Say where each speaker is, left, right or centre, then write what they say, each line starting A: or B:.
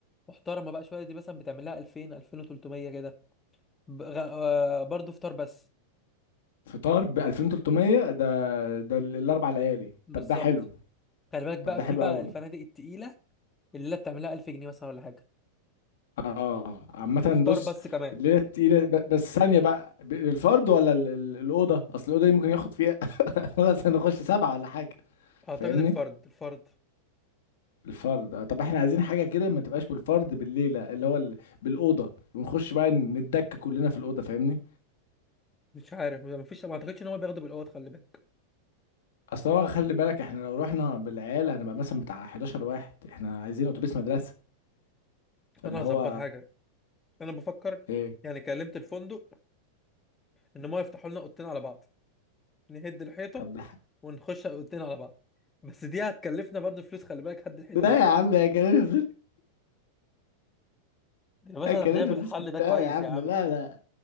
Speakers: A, on the left (about 15°); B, on the left (about 60°).
A: محترمه بقى شويه دي مثلا بتعمل لها 2000 2300 كده ب- غ... آه، برضه فطار بس
B: فطار ب 2300 ده ده ال- الاربع ليالي
A: بالظبط
B: طب ده حلو
A: خلي بالك بقى
B: طب ده
A: في
B: حلو
A: بقى
B: قوي
A: الفنادق التقيله الليله بتعملها 1000 جنيه مثلا ولا حاجه
B: اه عامة
A: وفطار
B: بص
A: بس كمان
B: الليلة تقيلة ب- بس ثانية بقى ب- الفرد ولا ال- ال- الأوضة أصل الأوضة دي ممكن ياخد فيها <laughs> مثلا نخش سبعة ولا حاجة
A: اعتقد
B: فاهمني
A: الفرد الفرد
B: الفرد آه، طب احنا
A: مم.
B: عايزين حاجة كده ما تبقاش بالفرد بالليلة اللي هو ال- بالأوضة ونخش بقى نتدك كلنا في الأوضة فاهمني
A: مش عارف ما فيش ما اعتقدش ان هو بياخدوا بالاوض خلي بالك
B: اصل هو خلي بالك احنا لو رحنا بالعيال هنبقى مثلا بتاع 11 واحد احنا عايزين اتوبيس مدرسه فاللي
A: انا هظبط
B: هو
A: حاجه انا بفكر
B: ايه
A: يعني كلمت الفندق ان هم يفتحوا لنا اوضتين على بعض نهد الحيطه
B: طب ده-
A: ونخش اوضتين على بعض بس دي هتكلفنا برضه فلوس خلي بالك هد الحيطه
B: لا
A: دي
B: يا عم هيكلفنا فلوس
A: يا باشا
B: هيكلفنا
A: انا شايف الحل
B: فلوس كتير
A: ده كويس
B: قوي يا عم
A: يا عم
B: لا لا